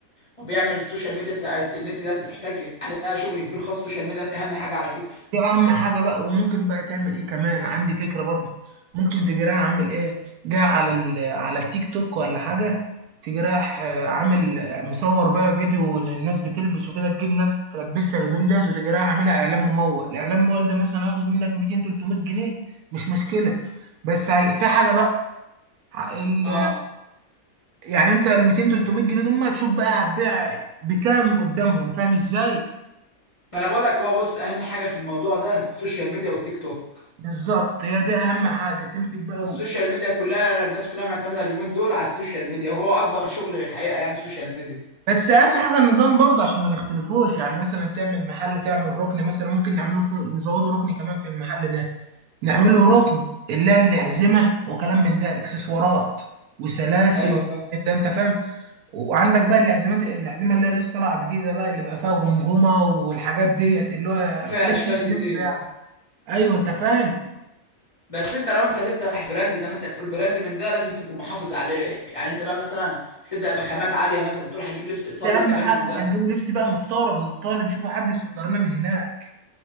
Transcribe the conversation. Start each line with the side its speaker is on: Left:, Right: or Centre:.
Left: وبيعمل السوشيال ميديا بتاعت النت ديت بتحتاج عليها شغل كبير خاص السوشيال ميديا ديت اهم حاجه على فكره
Right: دي اهم حاجه بقى وممكن بقى تعمل ايه كمان عندي فكره برضه ممكن تجراها عامل ايه جاي على ال... على التيك توك ولا حاجه تجراح آه، عامل مصور بقى فيديو للناس بتلبس وكده تجيب ناس تلبسها الهدوم ديت وتجراها عاملها اعلان ممول الاعلان الممول ده مثلا هياخد منك 200 300 جنيه مش مشكله بس هي... في حاجه بقى ال...
Left: اه
Right: يعني انت ال 200 300 جنيه دول ما تشوف بقى هتبيع بكام قدامهم فاهم ازاي
Left: ما انا بقول لك هو بص اهم حاجه في الموضوع ده السوشيال ميديا والتيك توك
Right: بالظبط هي دي اهم حاجه تمسك بقى
Left: السوشيال
Right: و...
Left: ميديا كلها الناس كلها معتمده اليومين دول على السوشيال ميديا وهو اكبر شغل الحقيقه يعني السوشيال ميديا
Right: بس اهم حاجه النظام برضه عشان ما نختلفوش يعني مثلا تعمل محل تعمل ركن مثلا ممكن نعمله في نزوده ركن كمان في المحل ده نعمله ركن اللي هي الأحزمة وكلام من ده اكسسوارات وسلاسل
Left: ايوه
Right: وكلام
Left: فاهم
Right: من ده انت فاهم وعندك بقى الأحزمة الأحزمة اللي هي لسه طالعة جديدة بقى اللي بقى فيها جمجمة والحاجات ديت اللي هو
Left: فيها
Right: لبس
Left: اشكال
Right: البلاد
Left: كتير
Right: ايوه انت فاهم
Left: بس انت لو انت هتفتح براند زي ما انت بتقول براند من ده لازم تكون محافظ عليه يعني انت بقى مثلا هتبدا بخامات عاليه مثلا انت بتقول هتجيب لبس ايطالي
Right: ده
Left: وكلام
Right: اهم حاجه
Left: من
Right: احنا
Left: ده
Right: هنجيبه لبس بقى مستورد من ايطاليا نشوفه حد يصدر لنا من هناك